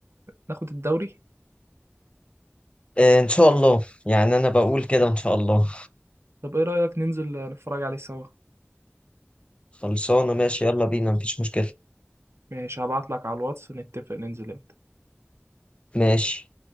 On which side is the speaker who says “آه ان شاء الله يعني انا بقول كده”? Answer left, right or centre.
Left